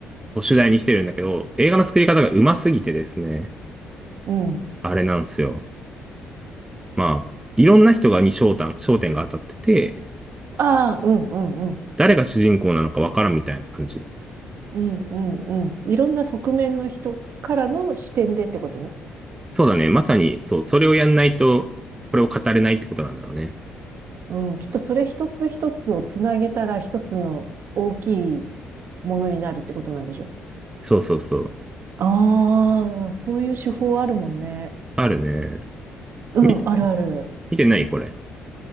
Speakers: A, on the right; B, on the right.
A: こう主題にしてるんだけど、映画の作り方がうますぎてですね、
B: うん。
A: あれなんですよ。まあ、いろんな人がに焦点、焦点が当たってて、
B: ああ、うんうんうん。
A: 誰が主人公なのかわからんみたいな感じ。
B: うんうんうん。いろんな側面の人からの視点でってことね。
A: そうだね。まさに、そう、それをやんないと、これを語れないってことなんだろうね。
B: うん。きっとそれ一つ一つをつなげたら一つの大きいものになるってことなんでしょ
A: そうそうそう。
B: ああ、そういう手法あるもんね。
A: あるね。
B: うん、
A: み、
B: あるある。
A: 見てないこれ。